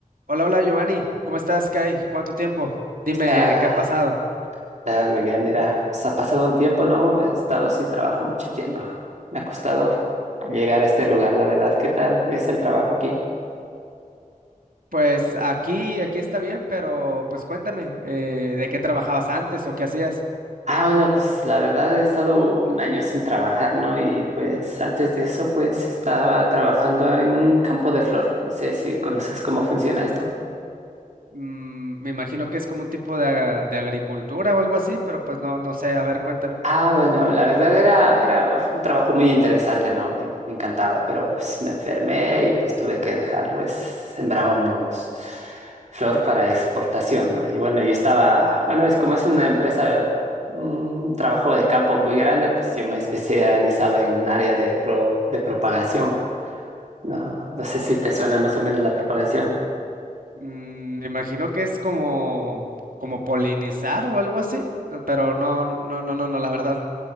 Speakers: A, on the right; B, on the right.
A: Hola, hola Giovanni, ¿cómo estás? ¿Qué hay? ¿Cuánto tiempo? Dime,
B: Está,
A: ¿qué ha pasado?
B: está, William, mira, se ha pasado un tiempo, ¿no? He estado sin trabajo mucho tiempo. Me ha costado llegar a este lugar, la verdad. ¿Qué tal es el trabajo aquí?
A: Pues aquí, aquí está bien, pero pues cuéntame, eh, ¿de qué trabajabas antes o qué hacías?
B: Ah, bueno, pues la verdad he estado un año sin trabajar, ¿no? Y pues antes de eso, pues estaba trabajando en un campo de flor. No sé si conoces cómo funciona esto.
A: Mm, me imagino que es como un tipo de, a- de agricultura o algo así, pero pues no, no sé, a ver, cuéntame.
B: Ah, bueno, la verdad era, era fue un trabajo muy interesante, ¿no? Me, me encantaba, pero pues, me enfermé y pues tuve que dejarlo. Es, sembrábamos flor para exportación, ¿no? Y bueno, yo estaba, bueno, es como es una empresa, un trabajo de campo muy grande, pues yo me especializaba en un área de, pro- de propagación, ¿no? No sé si te suena más o menos la propagación.
A: Mm, me imagino que es como, como polinizar o algo así, no, pero no, no, no, no, no, la verdad